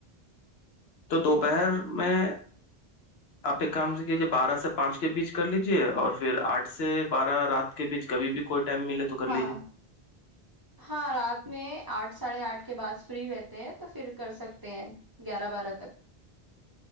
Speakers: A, on the left; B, on the right.
A: تو دوپہر میں
B: <inaudible>
A: آپ ایک کام کیجیے بارہ سے پانچ کے بیچ کر لیجے اور پھر آٹھ سے بارہ رات ب بیچ کبھی بھی کوئی ٹائم ملے تو کر
B: ہاں
A: لیجیے
B: ہاں رات میں آٹھ ساڑھے آٹھ کے بعد فری رہتے ہیں تو پھر کر سکتے ہیں گیارہ بارہ تک